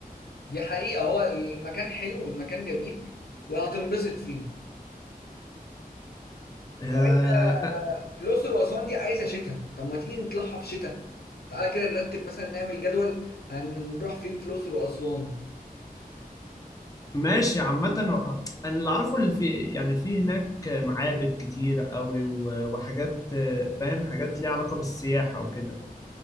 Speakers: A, on the left (about 85°); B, on the left (about 20°).
A: دي حقيقة هو المكان حلو والمكان جميل وهتنبسط فيه
B: آه،
A: طب انت في الاقصر واسوان دي عايزة شتاء طب ما تيجي نطلعها في شتاء تعالى كده نرتب مثلا نعمل جدول هنروح فين في الاقصر واسوان
B: ماشي عامة انا اللي اعرفه اللي في يعني في هناك معابد كتير قوي و- وحاجات آه، فاهم حاجات ليها علاقة بالسياحة وكده